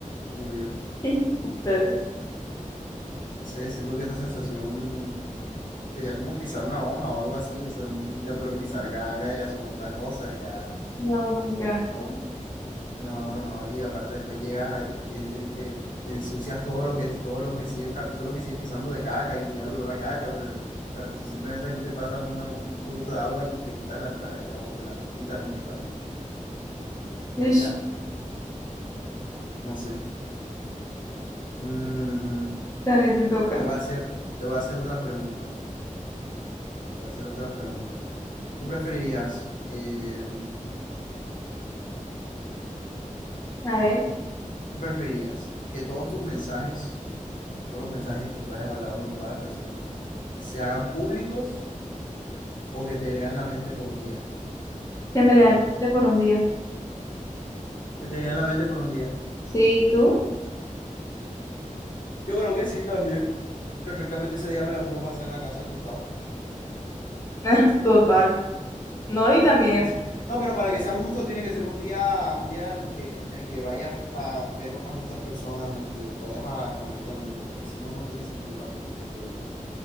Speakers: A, on the left; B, on the left.
A: digo yo.
B: <laughs> Dale.
A: No sé, siento que esa sensación sería como pisar una hoja o algo así, o sea, no tendría, pero pisar caca ya eso es otra cosa, ya.
B: No, no, qué asco.
A: No, no, y aparte después llegas, a- eh, eh, eh, ensucias todo lo que, todo lo que sigues, ca- todo lo que sigues pisando de caca y queda el olor a caca, o sea, o sea, tú simplemente aquí te pasas un, agu- un poquito de agua y te quitas la cucaracha o te la quitas directamente y
B: Ush,
A: ya, no sé. Mm,
B: dale, te toca.
A: te voy a hacer, te voy a hacer otra pregunta, te voy a hacer otra pregunta. ¿Tú preferirías, eh,
B: A ver,
A: qué preferirías? ¿Que todos tus mensajes, todos los mensajes que tú hayas hablado con todas las personas, se hagan públicos? o que te lean la mente por un día,
B: que me
A: todo
B: lea
A: el mundo.
B: el por un día.
A: Que te lean la mente por un día.
B: Sí, ¿y tú?
A: Yo creo que sí también. Perfectamente ese día me la puedo pasar en la casa acostado.
B: <laughs> Total. No, y también,
A: Sí, sí. No, pero para que sea justo tiene que ser un día, un día en el que, en el que vayas a ver a muchas personas, en el que vayas a exponerte al mundo, porque si no, no tiene sentido la pregunta, creo yo.